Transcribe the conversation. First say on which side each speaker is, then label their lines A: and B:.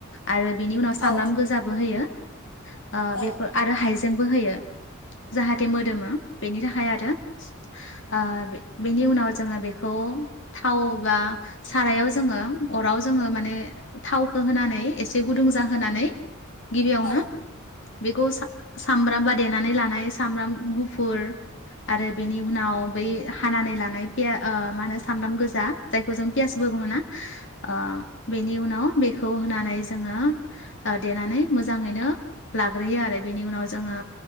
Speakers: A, on the left; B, on the left.
A: आरो बेनि उनाव
B: औ
A: सामब्राम गोजाबो होयो ओ
B: औ
A: बेफोर आरो हाइजेंबो होयो जाहाथे मोदोमो बेनि थाखाय आरो। ओ बे-बेनि उनाव जोंङो बेखौ थाव बा सारायाव जोंङो अराव जोंङो माने थावखौ होनानै एसे गुदुं जाहोनानै गिबियावनो
B: औ
A: बेखौ सा-सामब्रामबा देनानै लानाय सामब्राम गुफुर आरो बेनि उनाव बै हानानै लानाय पिया ओ मा होनो सामब्राम गोजा। जायखौ जों पियासबो बुंङो ना? ओ बेनि उनाव बेखौ होनानै जोंङो देनानै मोजांङैनो लाग्रोयो आरो बेनि उनाव जोंङो